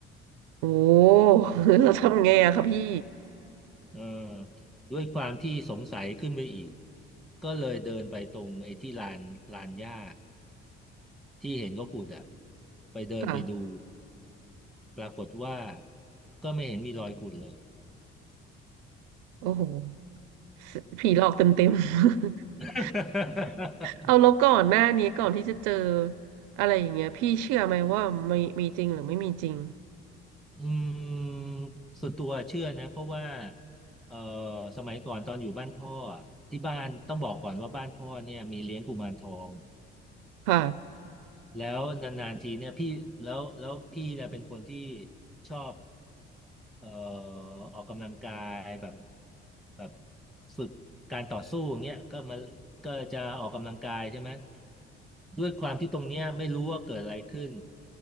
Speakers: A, on the right; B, in the centre.
A: โอ้ <laughs> เราทำไงอะคะพี่
B: เออด้วยความที่สงสัยขึ้นไปอีก ก็เลยเดินไปตรงไอ้ที่ลานลานหญ้าที่เห็นเขาขุดอ่ะไปเดินไปดู
A: ค่ะ
B: ปรากฏว่าก็ไม่เห็นมีรอยขุดเลย
A: โอ้โหสผีหลอกเต็มเต็ม <laughs>
B: <laughs>
A: เอาแล้วก่อนหน้านี้ก่อนที่จะเจออะไรอย่างเงี้ยพี่เชื่อไหมว่ามีมีจริงหรือไม่มีจริง
B: อืมส่วนตัวเชื่อนะเพราะว่าเอ่อสมัยก่อนตอนอยู่บ้านพ่ออะที่บ้านต้องบอกก่อนว่าบ้านพ่อเนี่ยมีเลี้ยงกุมารทอง
A: ค่ะ
B: แล้วนานๆทีเนี่ยพี่แล้วแล้วพี่เนี่ยเป็นคนที่ชอบ เอ่อออกกำลังกายแบบแบบฝึกการต่อสู้อย่างเงี้ยก็มาก็จะออกกำลังกายใช่ไหมด้วยความที่ตรงเนี้ยไม่รู้ว่าเกิดอะไรขึ้น